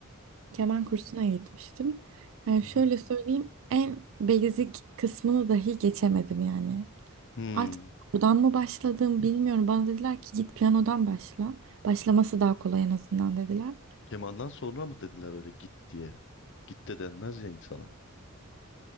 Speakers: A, on the right (about 60°); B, on the left (about 55°).
A: keman kursuna gitmiştim. Yani
B: Hı
A: şöyle
B: hı.
A: söyleyeyim en basic kısmını dahi geçemedim yani.
B: Hmm.
A: Artık buradan mı başladım bilmiyorum. Bana dediler ki git piyanodan başla. Başlaması daha kolay en azından dediler.
B: Kemandan sonra mı dediler öyle git diye? Git de denmez ya insana.